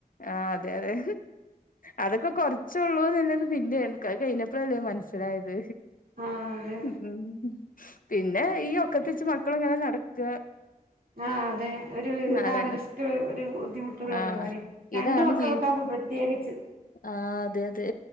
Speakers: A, on the left; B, on the right.
A: ആ അതെ, അതെ അതൊക്കെ കൊറ ചൊള്ളൂന്നില്ലത് പിന്നെ നികാഹ് കഴിഞ്ഞപ്പയല്ലേ മനസ്സിലായത്
B: ആഹ് അതെ
A: മം ഉം പിന്നെ ഈ ഒക്കത്തെ ച്ച് മക്കളിങ്ങനെ നടക്ക
B: ആ അതെ ഒരു ഇതാണ്
A: അതന്നെ
B: റിസ്ക് ഒരു ബുദ്ധിമുട്ടുള്ള
A: ആ
B: പരിപാടി
A: ഇതാണ്
B: രണ്ട് മക്കളൊക്കെ
A: ജീവി
B: ആകുമ്പോ പ്രത്യേകിച്ച്.
A: ആ അതെ, അതെ.